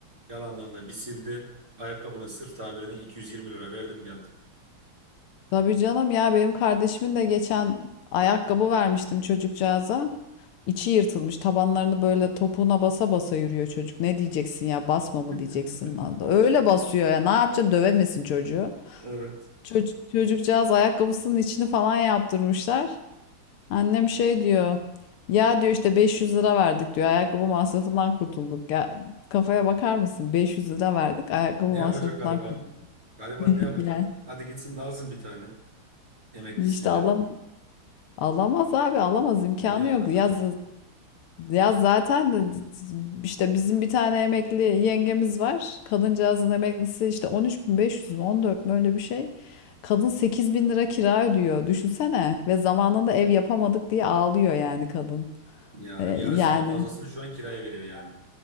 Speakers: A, on the right; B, on the left.
A: Yalandan da bir sildi. Ayakkabının sırf tamirine 220 lira verdim geldim.
B: Tabii canım ya benim kardeşimin de geçen ayakkabı vermiştim çocukcağıza. İçi yırtılmış tabanlarını böyle topuğuna basa basa yürüyor çocuk. Ne diyeceksin ya basma mı
A: <laughs>
B: diyeceksin. Öyle basıyor ya ne yapacaksın dövemesin çocuğu.
A: Evet.
B: Çocuk, çocukcağız ayakkabısının içini falan yaptırmışlar. Annem şey diyor. Ya diyor işte 500 lira verdik diyor. Ayakkabı masrafından kurtulduk. Ya kafaya bakar mısın? 500 lira verdik. Ayakkabı
A: Ne
B: masrafından
A: yapacak gariban?
B: kurtulduk.
A: Gariban
B: <laughs>
A: ne yapacak?
B: Yani
A: Hadi gitsin de alsın bir tane emeklisiyle.
B: işte alamaz. Alamaz abi alamaz imkanı
A: Nereye alacak
B: yok. Ya
A: abi
B: z-
A: ya?
B: Ya zaten işte bizim bir tane emekli yengemiz var. Kadıncağızın emeklisi işte 13.500 mü 14 mü öyle bir şey. Kadın 8.000 lira kira ödüyor. Düşünsene. Ve zamanında ev yapamadık diye ağlıyor yani kadın.
A: Ya
B: E,
A: yarısından
B: yani
A: fazlasını şu an kiraya veriyor yani